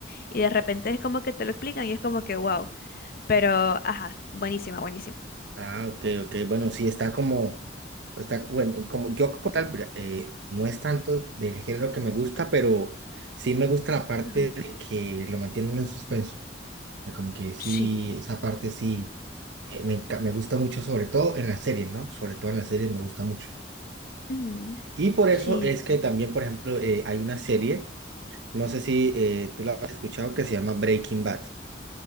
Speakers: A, on the left; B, on the right.
A: Y de repente es como que te lo explican y es como que wow, pero ajá, buenísima, buenísima.
B: Ah, ok, ok. Bueno, sí, está como, está, bueno, como yo como tal, mira, eh, no es tanto del género que me gusta, pero sí me gusta la parte
A: Ajá.
B: de que lo mantienen en suspenso. O sea, como que sí,
A: Sí.
B: esa parte sí, eh, me, enca- me gusta mucho, sobre todo en las series, ¿no? Sobre todo en las series me gusta mucho.
A: Ujú.
B: Y por eso
A: Sí.
B: es que también, por ejemplo, eh, hay una serie, no sé si eh, tú la has escuchado, que se llama Breaking Bad.